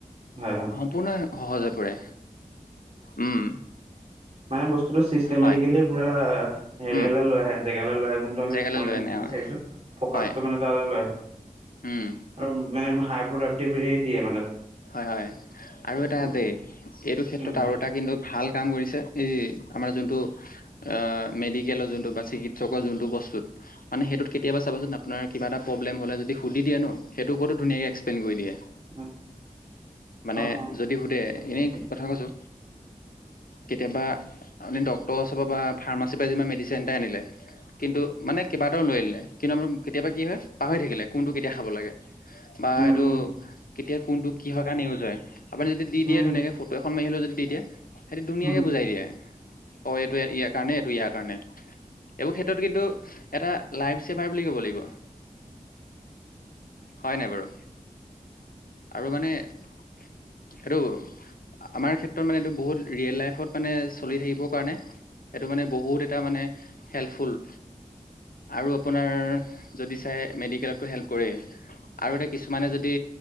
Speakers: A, on the right; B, on the left.
A: হয় হয়
B: সম্পূৰ্ণ সহজ হৈ পৰে। উম।
A: মানে বস্তুটো চিষ্টেমেটিকেলি
B: হয়
A: পুৰা হেৰিয়ালে
B: উম
A: লৈ আহে জেগাত। লে যোনটো আমি
B: জেগালৈ
A: পইণ্ট
B: লৈ আনে
A: বিচাৰছো। ফকাচটো
B: হয়
A: মানে তালৈ লৈ আহে।
B: উম
A: আৰু মানে হাই প্ৰডাক্টিভিটি দিয়ে মানে তাত।
B: হয়, হয়। আৰু এটা
A: উম,
B: দেই এইটো ক্ষেত্ৰত
A: উম,
B: আৰু এটা কিন্তু, ভাল কাম কৰিছে। এই আমাৰ যোনটো অ, মেডিকেলৰ যোনটো, বা চিকিৎসকৰ যোনতটো, বস্তু বস্তুত। মানে সেইটোত কেতিয়াবা চাবচোন আপোনৰ কিবা এটা প্ৰব্লেম হ'লে যদি, সুধি দিয়ে ন সেইটো ওপৰতো ধুনাকৈ এক্সপ্লৈন কৰি দিয়ে।
A: উম।
B: মানে
A: উম,
B: যদি সোধে এনেই
A: উম,
B: কথা কৈছো। কেতিয়াবা আপুনি ডক্টৰ ওচৰৰ পৰা বা ফাৰ্মাচীৰ পৰা যি মেডিচিন এটা আনিলে কিন্তু মানে কেইবাটাও লৈ আনিলে। কিন্তু আমাৰ কেতিয়াবা কি হয় পাহৰি থাকিলে কোনটো কেতিয়া খাব লাগে। বা
A: উম,
B: এইটো
A: উম,
B: কেতিয়া কোনটো কিহৰ কাৰণে ইউজ হয়। আপুনি যদি দি
A: উম,
B: দিয়ে ধুনীয়াকে ফটো এখন মাৰিলেও যদি দি দিয়ে সেইটো ধুনীয়াকে
A: উম,
B: বুজাই দিয়ে। অ, এইটো ইয়াৰ কাৰণে, এইটো ইয়াৰ কাৰণে। এইবোৰ ক্ষেত্ৰত কিন্তু এটা লাইফছেভাৰ বুলি ক'ব লাগিব। হয় নাই বাৰু? আৰু মানে এইটো, আমাৰ ক্ষেত্ৰত মানে এইটো বহুত ৰিয়েল লাইফত মানে চলি থাকিব কাৰণে এইটো মানে বহুত এটা মানে হেল্পফুল। আৰু আপোনাৰ যদি চাই মেডিকেলটো হেল্প কৰে। আৰু এতিয়া কিছুমানে যদি